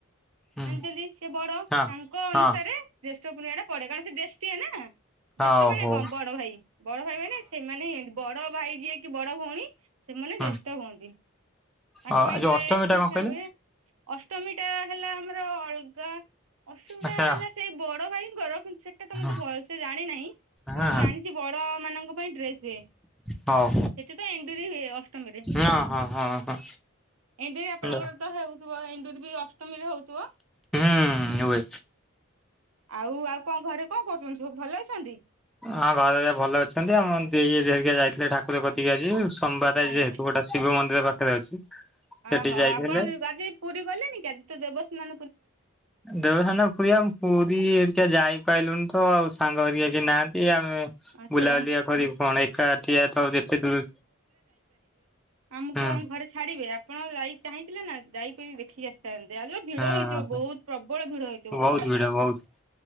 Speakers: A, in the centre; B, on the right.
A: ହୁଁ ହୁଁ
B: ଜାଣିଛନ୍ତି ସେ ବଡ
A: ହଁ
B: ତାଙ୍କ ଅନୁସାରେ
A: ହଁ
B: ଜ୍ୟେଷ୍ଠ ପୂର୍ଣ୍ଣିମା ଟା ପଡେ କାରଣ ସେ ଜେଷ୍ଟିୟା ନା।
A: ହଉ
B: ଜ୍ୟେଷ୍ଠ ମାନେ
A: ହଉ ହଁ
B: କଣ ବଡ ଭାଇ ବଡ ଭାଇ ମାନେ ସେମାନେ ବଡ ଭାଇ ଯିଏକି ବଡ ଭଉଣୀ ସେମାନେ
A: ହୁଁ
B: ଜ୍ୟେଷ୍ଠ ହୁଅନ୍ତି ତାଙ୍କ
A: ଆଉ
B: ପାଇଁ
A: ଯୋଉ
B: ଡ୍ରେସ
A: ଅଷ୍ଟମୀ ଟା
B: ପିଠା
A: କଣ କହିଲେ
B: ହୁଏ। ଅଷ୍ଟମୀ ଟା ହେଲା ଆମର ଅଲଗା ଅଷ୍ଟମୀ
A: ଆଚ୍ଛା
B: ଟା ହେଲା ସେଇ ବଡ ଭାଇଙ୍କର ସେଟା ତ ମତେ
A: ହଁ
B: ଭଲ ସେ ଜାଣିନାହିଁ କିନ୍ତୁ
A: ହଁ
B: ମୁଁ ଜାଣିଚି ବଡ ମାନଙ୍କ ପାଇଁ ଡ୍ରେସ ହୁଏ। ସେଠି
A: ହଉ
B: ତ ଏଣ୍ଡୁରି ହୁଏ ଅଷ୍ଟମୀରେ।
A: ହଁ ହଁ ହଁ
B: ଏଣ୍ଡୁରି ଆପଣଙ୍କର
A: ହଁ
B: ତ ହେଉଥିବ ଏଣ୍ଡୁରି ବି ଅଷ୍ଟମୀରେ ହଉଥିବ।
A: ହୁଁ ହୁଏ।
B: ଆଉ ଆଉ କଣ ଘରେ କଣ କରୁଚନ୍ତି ସବୁ ଭଲ ଅଛନ୍ତି
A: ହଁ ଘରେ ଭଲ ଅଛନ୍ତି ଆମର ଦେଇ ହେରୀକା ଯାଇଥିଲେ ଠାକୁର କତିକି ଆଜି। ସମ୍ବାଦ
B: ଆଜ୍ଞା।
A: ଯେହେତୁ ଗୋଟେ ଶିବ ମନ୍ଦିର ପାଖରେ ଅଛି। ସେଠି
B: ଓହୋ
A: ଯାଇଥିଲେ
B: ଆପଣ <unintelligible> ଆଜି ପୁରୀ ଗଲେନି କି ଆଜି ତ ଦେବସ୍ନା
A: ଦେବସାନ ଫୁରିଆ ଆମ ପୁରୀ ହରିକା ଯାଇପାରିଲୁ ତ ଆଉ ସାଙ୍ଗ ହେରିକା କେହି ନାହାନ୍ତି
B: ଆଚ୍ଛା
A: ବୁଲାବୁଲି ଆଉ କରିବୁ କଣ ଏକାଠିଆ ତ ଏତେ ଦୂର
B: ଆମୁକୁ
A: ହୁଁ
B: ଆମ ଘରେ ଛାଡିବେ ଆପଣ ଯାଇ ଚାହିଁଥିଲେ ନା ପୁରୀ ଦେଖିକି ଆସିଥାନ୍ତେ ଆଜି ଯୋଉ ଭିଡ
A: ହଁ
B: ହେଇଥିବ ବହୁତ ପ୍ରବଳ ଭିଡ ହେଇଥିବ
A: ବହୁତ
B: ପୁରୀରେ।
A: ଭିଡ ବହୁତ